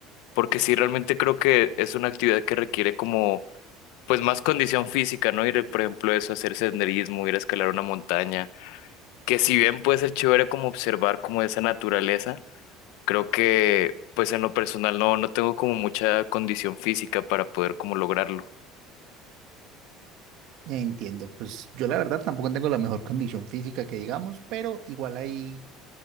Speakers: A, on the left; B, on the right.
A: porque sí realmente creo que es una actividad que requiere como pues más condición física, ¿no? Ir, por ejemplo, eso, hacer senderismo, ir a escalar una montaña, que si bien puede ser chévere como observar como esa naturaleza, creo que pues en lo personal no, no tengo como mucha condición física para poder como lograrlo.
B: Entiendo, pues yo la verdad tampoco tengo la mejor condición física que digamos, pero igual ahí